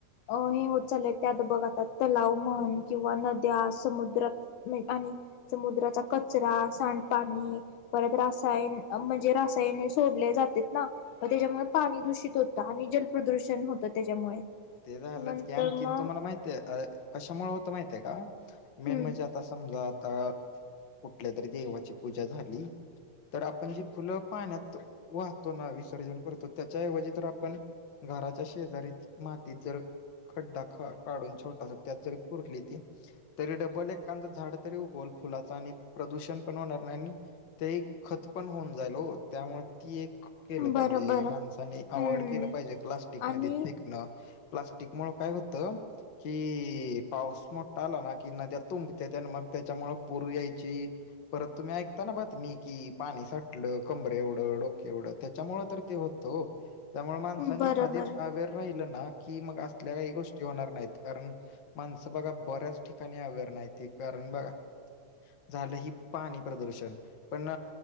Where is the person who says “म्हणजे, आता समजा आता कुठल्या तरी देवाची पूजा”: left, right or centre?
Left